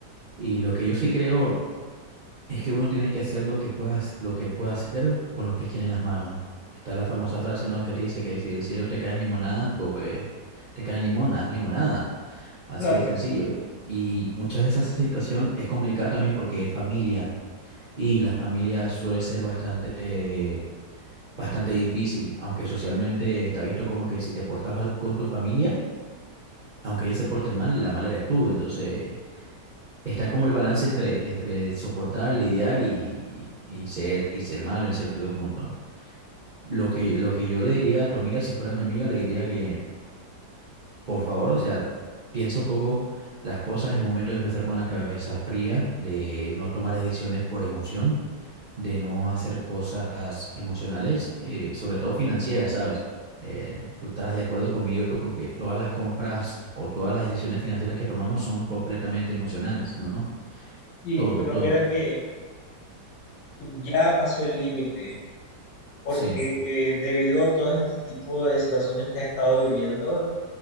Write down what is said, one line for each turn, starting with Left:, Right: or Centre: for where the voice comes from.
Right: y lo que yo sí creo es que uno tiene que hacer lo que pueda, hac- lo que pueda hacer con lo que tiene en las manos. Está la famosa frase, ¿no? Que te dice que si del cielo te caen limonadas, pues te caen limonas, limonada. Así
Left: Claro,
Right: de sencillo. Y, y muchas veces esa situación es complicada también porque es familia. Y la familia suele ser bastante, eh, bastante difícil, aunque socialmente está visto como que si te portas mal con tu familia, aunque ellos se porten mal, la mala eres tú. Entonces está como el balance entre, entre soportar, lidiar y, y- y ser, y ser malo en cierto punto. Lo que, lo que yo le diría a tu amiga, si fuera mi amiga, le diría que, por favor, o sea, piensa un poco las cosas en el momento de empezar con la cabeza fría, de no tomar decisiones por emoción, de no hacer cosas emocionales, eh, sobre todo financieras, ¿sabes? Eh, tú estarás de acuerdo conmigo con que todas las compras o todas las decisiones financieras que tomamos son completamente emocionales, ¿no?
Left: y
Right: Todo,
Left: pero
Right: todo.
Left: mira que ya pasó el límite, porque
Right: Sí.
Left: eh, debido a todo este tipo de situaciones que ha estado viviendo,